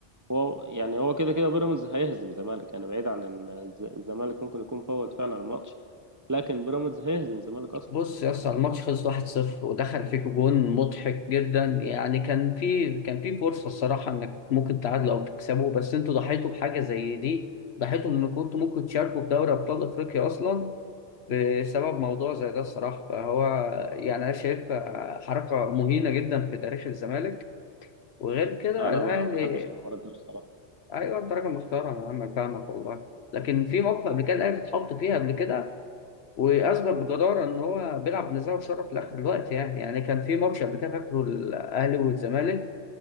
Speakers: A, on the right; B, on the left.
A: هو يعني هو كده كده بيراميدز هيهزم الزمالك يعني بعيد عن ان الز- الزمالك ممكن يكون فوت فعلا الماتش لكن بيراميدز هيهزم الزمالك اصلا
B: بص يا اسطى الماتش خلص 1-0 ودخل فيك جون مضحك جدا يعني كان في كان في فرصه الصراحه انك ممكن تعادلوا او تكسبوا بس انتوا ضحيتوا بحاجه زي دي ضحيتوا ان كنتوا ممكن تشاركوا في دوري ابطال افريقيا اصلا بسبب موضوع زي ده الصراحة فهو يعني أنا شايف حركة مهينة جدا في تاريخ الزمالك وغير كده
A: انا
B: الأهلي
A: ما بحبش الحوارات دي بصراحه
B: أيوه أنت راجل محترم يا عم أنا فاهمك والله لكن في موقف قبل كده الأهلي اتحط فيها قبل كده وأثبت بجدارة إن هو بيلعب بنزاهة وشرف لآخر الوقت يعني يعني كان في ماتش قبل كده فاكره الأهلي والزمالك